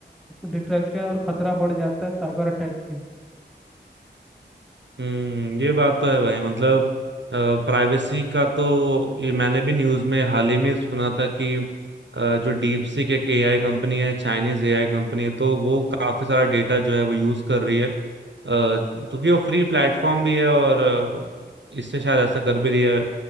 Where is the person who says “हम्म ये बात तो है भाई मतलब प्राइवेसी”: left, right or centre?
Right